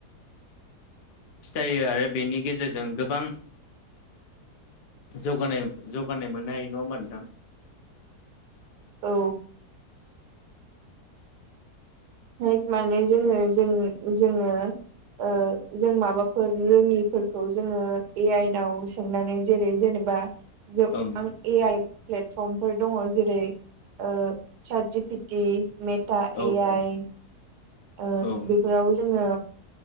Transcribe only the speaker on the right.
औ। लाइक माने जोङो जों जोङो ओ जों माबाफोर रोङिफोरखौ जोङो ए आइ नाव सोंनानै जेरै जेनेबा जोब
ए आइ प्लेटफर्मफोर दङ जेरै ओ सार्ट जि पिटि मेथ टा
ए
आइ ओ
बेफोराव जोङो